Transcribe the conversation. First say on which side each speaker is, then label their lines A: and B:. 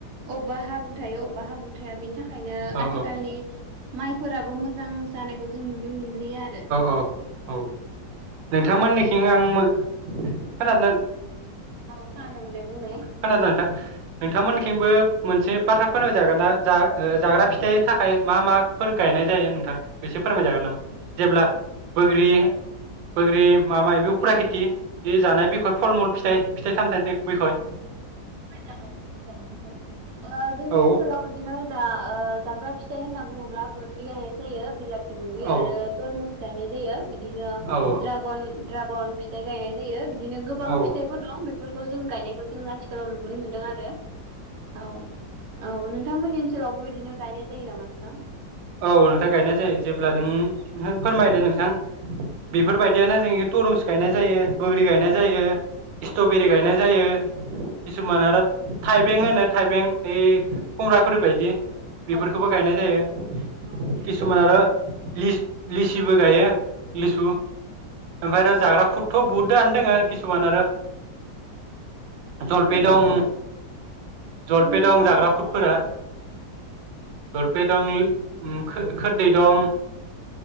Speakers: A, on the right; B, on the right.
A: औबा हाब्रु थायो अबेबा हाब्रु थाया बेनि थाखायनो
B: औ
A: आथिखालनि माइफोराबो मोजां जानायखौ जों नुनो मोनलिया आरो
B: औ औ नोंथांमोननिखिं आं मो-खोनादो ना
A: औ खोनादों दे बुंनाय
B: खोनादों नोंथां नोंथांमोनखिंबो मोनसे बाथ्रा फोनां जागोन ना? जा ओ जाग्रा फिथाइनि थाखाय मा माफोर गायनाय जायो नोंथां? एसे फोरमायजागोन नामा? जेब्ला
A: औ
B: बोग्रि बोग्रि माबा बेबो फुरा खेथि । बे जानाय बिखय फल-मुल फिथाइ, फिथाइ सामथाइ बि-बिखय।
A: <unintelligible> ओ जोंनि
B: औ
A: ओनसोलाव बिदिनो दा ओ जाग्रा फिथाइ होनना बुङोब्ला बोग्रि जायो बिला थिबोग्रि आरो
B: औ
A: तरमुस गायनाय जायो बिदिनो
B: औ
A: ड्रागन-ड्रागन फिथाइ गायनाय जायो। गोबां
B: औ
A: फिथाइफोर दं बेफोरखौ जों गायनायखौ जों आथिखालाव नुबोनो मोनदों आरो । औ औ नोंथांमोननि ओनसोलावबो बिदिनो गायनाय जायो नामा नोंथां?
B: औ नोंथां गायनाय जायो जेब्ला नों नों फोरमायदो नोंथां। बेफोरबायदियानो जोंनि तरमुज गायनाय जायो। बोग्रि गायनाय जायो स्ट्रबेरि
A: औ
B: गायनाय जायो किसुमान
A: औ
B: आरो थाइबें होनो । थाइबें इ खम्ब्राफोरबायदि। बेफोरखौबो
A: औ थायसुम
B: गायनाय जायो।
A: औ औ
B: किसुमान आरो लि लिसिबो गायो । लिसु ओमफ्राय आरो जाग्रा फुदथ' बहुद रानदों किसुमान आरो जलफे
A: जोंनि ओनसोलाव
B: दं जलफे
A: जोंनि ओनसोलाव
B: दं जाग्रा
A: दा
B: फुटफोरा
A: औ
B: जलफे दं उम खो खोरदै दं।